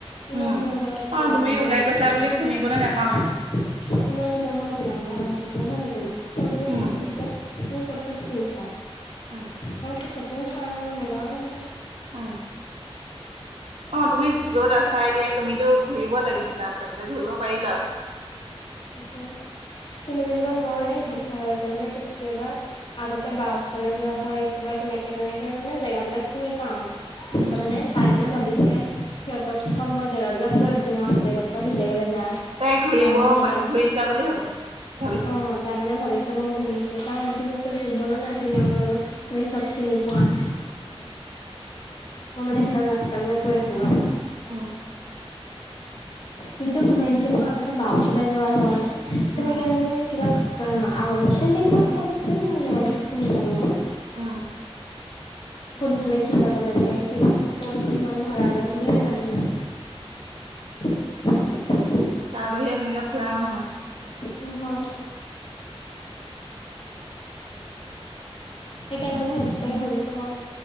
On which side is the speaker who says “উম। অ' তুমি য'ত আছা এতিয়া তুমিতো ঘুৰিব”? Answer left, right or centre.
Right